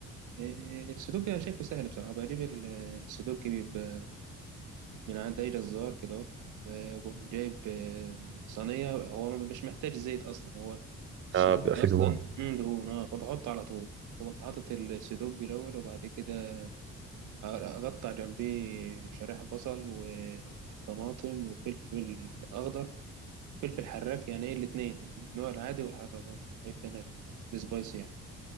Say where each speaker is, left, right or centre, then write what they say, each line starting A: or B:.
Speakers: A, on the right; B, on the right.
A: إيه، السودوكي أنا شايفه سهل بصراحة بجيب ال- السودوكي بيبقى من عند أي جزار كده أهو، آه، وأقوم جايب آه، صينية هو ما- مش محتاج زيت أصلا هو السودوكي
B: آه بيبقى في
A: أصلا
B: دهون
A: مم، دهون أه فبحط على طول بقوم حاطط السودوكي الأول وبعد كده أقطع جنبيه شرايح بصل وطماطم وفلفل أخضر فلفل حراك يعني إيه الاتنين النوع العادي والحراك أه بحب أنا السبايسي يعني